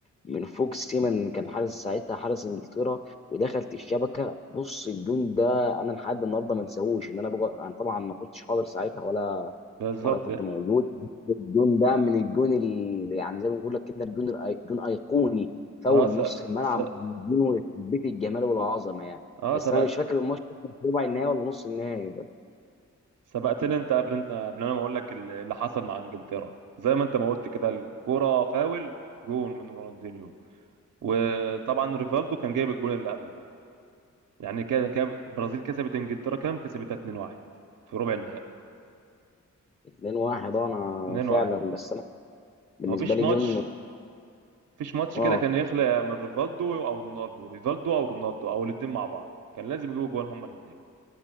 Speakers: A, on the left; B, on the right.
A: من فوق سيمن كان حارس ساعتها حارس انجلترا ودخلت الشبكه بص الجون ده انا لحد النهارده ما انساهوش ان انا بقعد انا طبعا ما كنتش حاضر ساعتها ولا
B: بالظبط
A: وانا كنت موجود الجون ده من الجون اللي يعني زي ما بقول لك كده الجون الأي- جون ايقوني فاول
B: اه س...
A: نص الملعب
B: س...
A: جون بيت الجمال والعظمه يعني
B: اه
A: بس
B: سبقت
A: انا مش فاكر الماتش كان في ربع النهائي ولا نص النهائي بقى
B: سبقتني انت قبل انت قبل انا ما اقول لك ال- اللي حصل مع انجلترا زي ما انت ما قلت كده الكرة فاول جون من رونالدينيو وطبعا ريفالدو كان جايب الجون اللي قبله يعني كده كده البرازيل كسبت انجلترا كام كسبتها 2-1 في ربع النهائي
A: 2 1 انا
B: 2-1
A: فعلا بس انا بالنسبه
B: مفيش
A: لي
B: ماتش
A: جون
B: مفيش ماتش
A: اه
B: كده كان يخلق من ريفالدو او رونالدو ريفالدو او رونالدو او الاثنين مع بعض كان لازم يجيبوا جوان هما الاثنين